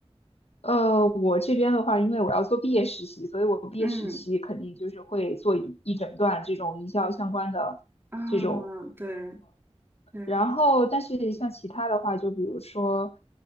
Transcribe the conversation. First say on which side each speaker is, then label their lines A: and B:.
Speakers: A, on the left; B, on the right.
A: 呃，我这边的话，因为我要做毕业实习，所以我毕业实习肯定就是会做一一整段这种营销相关的这种，
B: 嗯，啊，对对，
A: 然后但是像其他的话，就比如说，